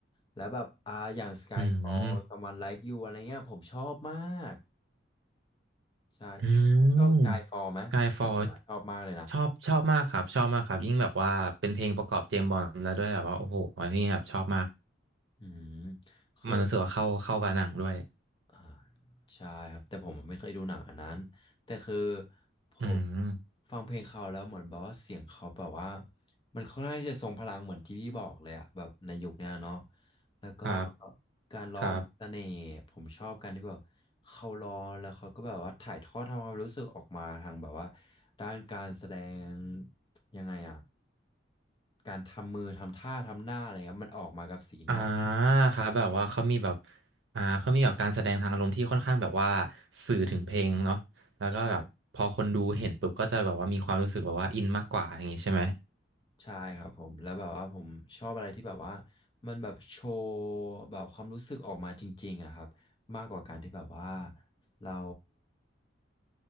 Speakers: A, on the left; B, on the right.
A: แล้วแบบอ่าอย่าง Skyfall
B: อืม
A: Someone Like You อะไรเงี้ยผมชอบมากใช่พี่ชอบ
B: อืม
A: Skyfall ไหมแต่ผมอะชอบมากเลยนะ
B: Skyfall ชอบชอบมากครับชอบมากครับยิ่งแบบว่าเป็นเพลงประกอบเจมส์บอนด์แล้วด้วยแบบว่าโอ้โหอันนี้แบบชอบมาก
A: อืมคือ
B: มันรู้สึกว่าเข้าเข้ากับหนังด้วย
A: อ่าใช่ครับแต่ผมไม่เคยดูหนังอันนั้นแต่คือผม
B: อืม
A: ฟังเพลงเขาแล้วเหมือนแบบว่าเสียงเขาแบบว่ามันค่อนข้างที่จะทรงพลังเหมือนที่พี่บอกเลยอะแบบในยุคเนี้ยเนาะแล้วก็
B: ครับ
A: การร้องเสน่ห์ผมชอบการที่แบบ
B: ครับ
A: เขาร้องแล้วเขาก็แบบว่าถ่ายทอดทำความรู้สึกออกมาทางแบบว่าด้านการแสดงยังไงอะการทำมือทำท่าทำหน้าอะไรเงี้ยมันออกมากับสีหน้า
B: อ่าครับแบบว่าเขามีแบบอ่าเขามีแบบการแสดงทางอารมณ์ที่ค่อนข้างแบบว่าสื่อถึงเพลงเนาะแล้วก็แบบพอคนดูเห็นปุ๊บก็จะแบบว่ามีความรู้สึกแบบว่าอินมากกว่าอย่างงี้ใช่ไหม
A: ใช่ ใช่ครับผมแล้วแบบว่าผมชอบอะไรที่แบบว่ามันแบบโชว์แบบความรู้สึกออกมาจริงๆอะครับมากกว่าการที่แบบว่าเรา